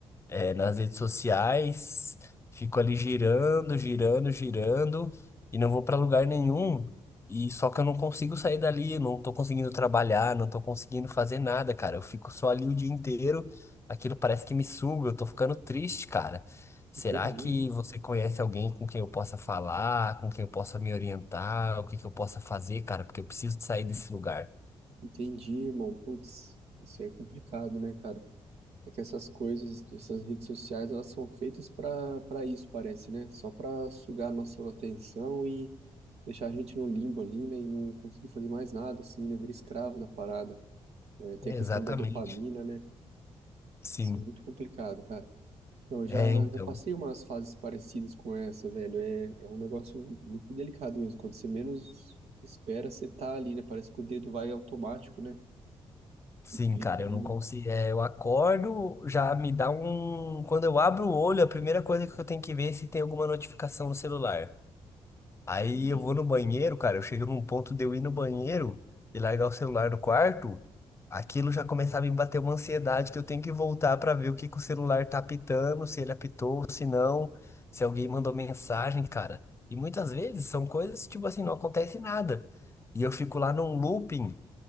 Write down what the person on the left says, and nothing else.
é, nas redes sociais, fico ali girando, girando, girando e não vou pra lugar nenhum. E só que eu não consigo sair dali, não tô conseguindo trabalhar, não tô conseguindo fazer nada, cara. Eu fico só ali o dia inteiro, aquilo parece que me suga, eu tô ficando triste, cara. Será
que você conhece alguém com quem eu possa falar, com quem eu possa me orientar, o que que eu possa fazer, cara? Porque eu preciso de sair desse lugar.
É,
Exatamente.
Sim.
É,
então.
Sim,
cara,
eu não
consigo. é, eu acordo, já me dá um. Quando eu abro o olho, a primeira coisa que eu tenho que ver é se tem alguma notificação no celular. Aí
eu vou no banheiro, cara. Eu chego num ponto de eu ir no banheiro e largar o celular no quarto. Aquilo já começava a me bater uma ansiedade que eu tenho que voltar pra ver o que que o celular tá apitando, se ele apitou, se não, se alguém mandou mensagem, cara. E muitas vezes são coisas tipo assim, não acontece nada. E eu fico lá num looping.